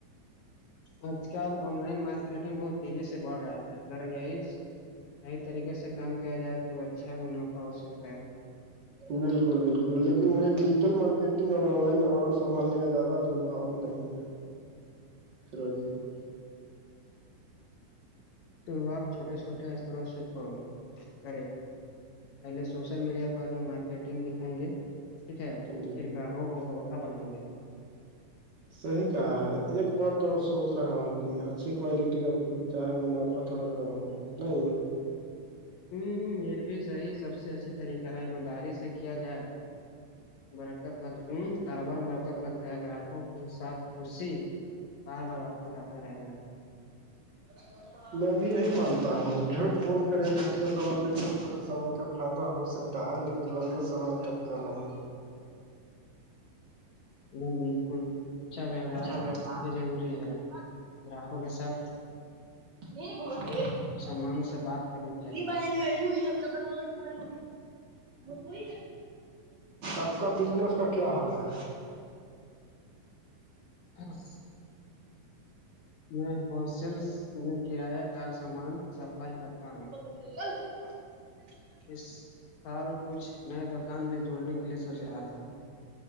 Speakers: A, on the left (about 65°); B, on the right (about 50°).
A: آج کل آن لائن مارکیٹنگ بہت تیزی سے بڑھ رہا ہے اگر یہی صحیح طریقے سے کام کیا جائے تو اچھا منافع ہو سکتا ہے
B: بالکل بالکل لیکن مجھے ڈیجیٹل مارکیٹنگ اور آن لائن آڈر سنبھالنے کا زیادہ انھوؤ نہیں ہے فروزی <inaudible>
A: شروعات چھوٹے چھوٹے استروں سے کرو کرے پہل سوشل میڈیا پر مارکیٹ گ دکھائیں گے ٹھیک ہے
B: جی
A: پھر گراہوں کو بوسا بنائیں گے
B: صحی کہا ہے ایک بات اور سوچ رہا ہوں کہ اچھی کوالٹی رکھوں چاہے منافع تھوڑا کم ہو نہیں
A: ہمم یہ بھی صحیح سب سے اچھی طریقہ ہے ایمانداری سے کیا جائے برکت لگ ہ کاروبار میں برکت لگتا ہے گراہکوں کے ساتھ خشی بار بار واپس آتا رہے گا
B: تھوڑےا میں بھی یہی مانتا ہوں جھوٹ بول کر یا گھٹیا سامان بیچوں تو تھوڑے سمے کا فائدہ ہو سکتا تا ہے لیکن لمبے سمے تک کا نہیں
A: ایک دم بالکل اچھا ویوہار
B: ہاں
A: یہ ضروری ہے گراہکوں کے ساتھ
B: ا <inaudible> گومت ب
A: سامان سے بات کرنی چاہیے
B: <unintelligible> نہیں لو ج بول توے کوئی آپ کا بجنس کا کیا حال ہے
A: ہ <inaudible> میں ہول سیلس میں کراییہ کا سامان سپلائی کرتا ہوں
B: <inaudible>
A: اس سال کچھ نئے دکان بھی جوڑنے کے لیے سوچ رہا تھا